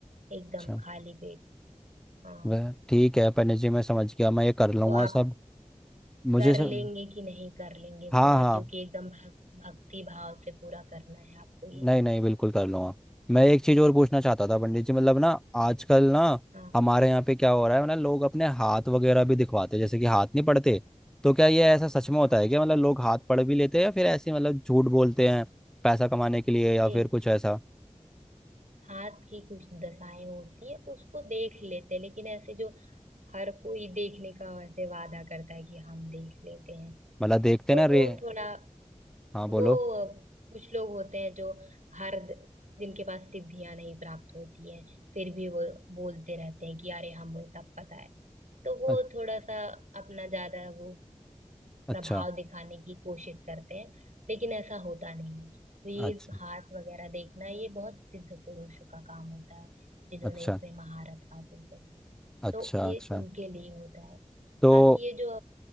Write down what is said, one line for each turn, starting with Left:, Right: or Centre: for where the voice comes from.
Right: एकदम
Centre: अच्छा
Right: खाली पेट हाँ
Centre: वह ठीक है पंडित जी मैं समझ गया मैं ये कर लूँगा
Right: तो आप
Centre: सब मुझे
Right: कर
Centre: सर
Right: लेंगे कि नहीं कर लेंगे
Centre: हाँ
Right: पूरा
Centre: हाँ
Right: क्योंकि एकदम भक, भक्ति भाव से पूरा करना है आपको ये
Centre: नहीं नहीं बिल्कुल कर लूंगा मैं एक चीज़ और पूछना चाहता था पंडित जी मतलब ना आजकल ना
Right: हाँ
Centre: हमारे यहाँ पे क्या हो
Right: हम्म
Centre: रहा है मतलब लोग अपने हाथ वगैरह भी दिखवाते हैं जैसे कि हाथ नहीं पढ़ते तो क्या ये ऐसा सच में
Right: हाँ
Centre: होता है क्या मतलब लोग हाथ पढ़ भी लेते हैं या फिर ऐसे मतलब झूठ बोलते हैं पैसा कमाने के लिए या
Right: ठीक
Centre: फिर कुछ ऐसा
Right: हाथ की कुछ दशाएं होती है उसको देख लेते हैं लेकिन ऐसे जो हर कोई देखने का ऐसे वादा करता है कि हम देख लेते हैं
Centre: मतलब देखते
Right: तो
Centre: ना
Right: वो
Centre: रे
Right: थोड़ा
Centre: हाँ बोलो
Right: वो कुछ लोग होते हैं जो हर द- जिनके पास सिद्धियां नहीं प्राप्त होती हैं फिर भी वो बोलते रहते हैं कि अरे हमें सब पता है तो वो
Centre: अ-
Right: थोड़ा सा अपना ज्यादा वो प्रभाव
Centre: अच्छा
Right: दिखाने की कोशिश करते हैं लेकिन ऐसा होता नहीं है तो ये
Centre: अच्छा
Right: हाथ वगैरह देखना ये बहुत सिद्ध पुरुषों का काम होता है जिन्होंने
Centre: अच्छा
Right: इसमें महारत हासिल करी है
Centre: अच्छा
Right: तो ये
Centre: अच्छा
Right: उनके लिए होता है
Centre: तो
Right: बाकी ये जो